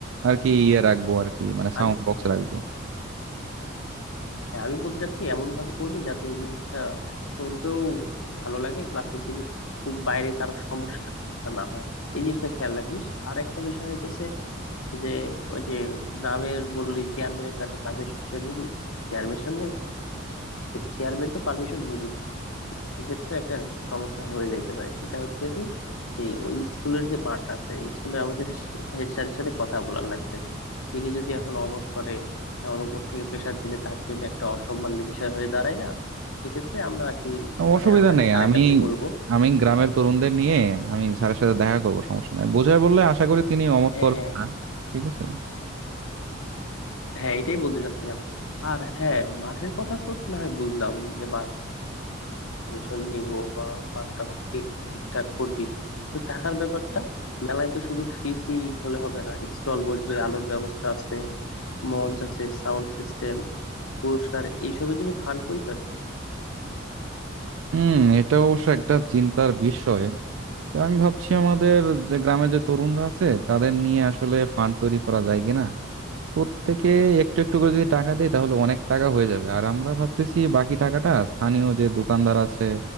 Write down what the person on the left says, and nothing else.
আমি
হ্যাঁ, আমি বলতে চাচ্ছি এমন ভাবে করবি যাতে এই জিনিসটা শুনতেও ভালো লাগে প্লাস হচ্ছে কি খুব বাইরে কারো সমস্যা না হয় এই জিনিসটা খেয়াল রাখিস আর একটা বিষয় হইতেছে যে ওই যে গ্রামের বললি চেয়ারম্যানের কাছে পারমিশন নিবি চেয়ারম্যান চেয়ারম্যান তো পারমিশন নিবি এক্ষেত্রে একটা সমস্যা হয়ে যাইতে পারে সেটা হচ্ছে কি এই ওই স্কুলের যে মাঠ আছে স্কুলের আমাদের হেড স্যারের সাথে কথা বলার লাগবে তিনি যদি এখন অমত করে এখন উপর থেকে প্রেসার দিলে তার জন্য একটা অসম্মানের বিষয় হয়ে দাঁড়ায় না সেক্ষেত্রে আমরা আর কি মানে
আমরা
স্যারের
কাছে বলবো
হ্যাঁ
হ্যাঁ
হ্যাঁ এটাই বলতে চাচ্ছিলাম আর হ্যাঁ মাঠের কথা তো না হয় বুঝলাম যে কমিশন নিব বা মাঠটা তো ঠিক- ঠিকঠাক করবি কিন্তু টাকার ব্যাপারটা মেলায় তো শুধু ফ্রি ফ্রি হলে হবে না স্টল বসবে আলোর ব্যবস্থা আছে মঞ্চ আছে সাউন্ড সিস্টেম পুরস্কার এইসবের জন্য ফান্ড কই পাবি